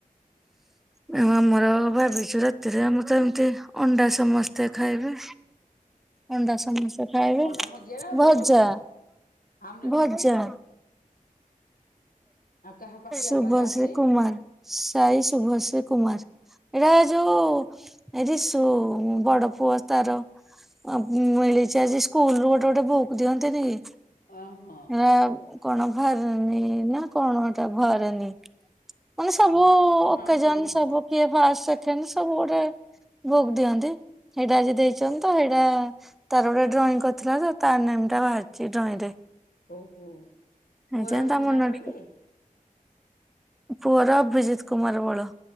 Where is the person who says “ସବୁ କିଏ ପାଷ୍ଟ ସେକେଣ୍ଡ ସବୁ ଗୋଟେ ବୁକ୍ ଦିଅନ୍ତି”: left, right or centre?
Centre